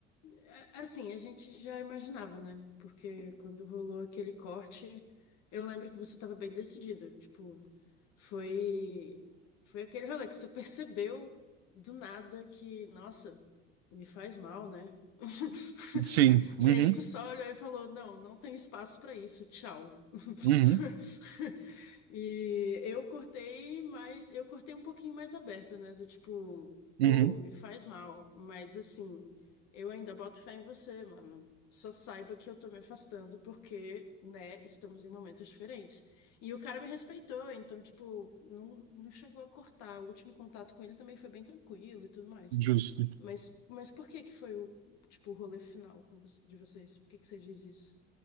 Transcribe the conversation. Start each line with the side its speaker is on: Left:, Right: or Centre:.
Left: É, Assim, a gente já imaginava, né? Porque quando rolou aquele corte, eu lembro que você estava bem decidido. Tipo, foi foi aquele rolê que você percebeu do nada que, nossa, me faz mal, né? <laughs>
Right: Sim. Uhum.
Left: E aí tu só olhou e falou, não, não tem espaço pra isso, tchau.
Right: Uhum.
Left: <laughs> E eu cortei mais, eu cortei um pouquinho mais aberta, né? Do tipo,
Right: Uhum.
Left: pô, me faz mal, mas assim. Eu ainda boto fé em você, mano. Só saiba que eu tô me afastando porque, né, estamos em momentos diferentes. E o cara me respeitou, então, tipo, não, não chegou a cortar. O último contato com ele também foi bem tranquilo e tudo mais.
Right: Justo.
Left: Mas, mas por que que foi o, tipo, o rolê final com vo- de vocês? Por que que você diz isso?